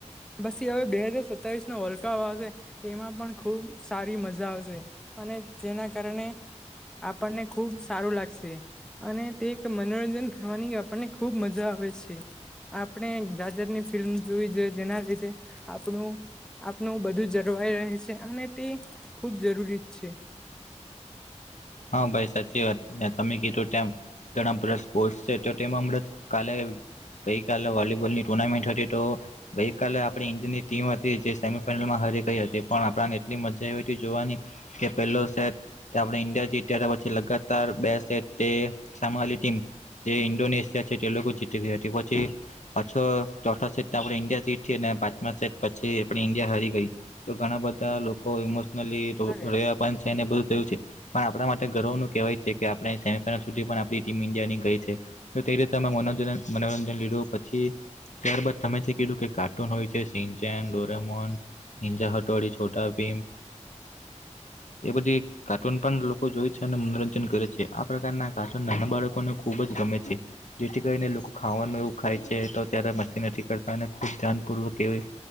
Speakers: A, in the centre; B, on the left.
A: પસી હવે બે હાજર સતાવીસ નો વર્લ્ડ કપ આવશે તો એમાં પણ ખુબ સારી મઝા આવશે અને જેના કારણે આપણને ખુબ સારુ લાગશે અને તે એક મનોરંજન કરવાની આપણને ખુબ મજા આવે છે આપણે જાત જાાતની ફિલ્મ જોવી જોઈએ જેના લીધે આપણું આપનું બધું જળવાઈ રહે છે અને તે ખૂબ જરૂરી છે
B: હા ભાઈ સાચી વાત તમે કીધું તેમ ઘણા બધા સ્પોર્ટ્સ છે તો તેમાં હમણાં કાલે ગઈકાલ વોલીબોલની ટુર્નામેન્ટ હતી તો ગઈકાલે આપણી ઇન્ડિયન્ની ટીમ હતી જે સેમીફાઈનલમાં હરી ગઈ હતી પણ આપણાને એટલી મજા આઈવીતી જોવાની કે પહેલો સેટ તે આપણે ઇન્ડિયા જીતિયા ત્યા પછી લગાતાર બેસ્ટ તે સામેલી ટીમ જે ઇન્ડોનેશિયા છે તે લોકો જી <unintelligible> હટી પછી પાછો ચોથા સેટ ત આપણે ઈન્ડિયા જીતીને પાંચમા સેટ પછી આપણી ઈન્ડિયા હારી ગઈ તો ઘણા બધા લોકો ઇમોશનલી
A: કેટલા
B: <unintelligible> છેને બધું થયું છે પણ આપણા માટે ગર્વ નું કહેવાય છે, કે આપણે સે સુધી પણ આપણી ટીમ ઇન્ડિયાની ગઈ છે, તો તે રીતે મેનોજન મનોરંજન લીધું પછી ત્યારબાદ તમે જે કીધું કે કાર્ટૂન હોય છે, સિચેન, ડોરેમોન, નિંજા હટોડી, છોટા ભીમ એ બધી કાર્ટૂન પણ લોકો જોય છે, અને મનોરંજન કરે છે, આ પ્રકારના કાટુન નાના બાળકોને ખૂબ જ ગમે છે, જેથી કરી ને લોકો ખાવાનું એવું ખાય છે, તો ત્યારે મસ્તી નથી કરતા અને ખુબ ધ્યાનપૂર્વક એવી